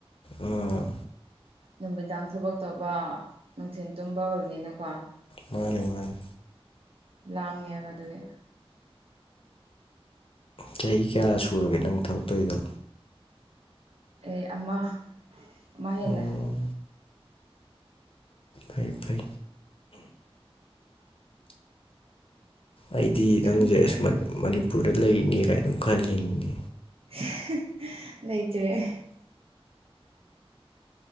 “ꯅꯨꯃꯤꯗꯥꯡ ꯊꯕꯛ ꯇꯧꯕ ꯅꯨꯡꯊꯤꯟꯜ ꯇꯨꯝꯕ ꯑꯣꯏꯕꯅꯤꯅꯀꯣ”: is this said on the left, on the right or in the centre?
Right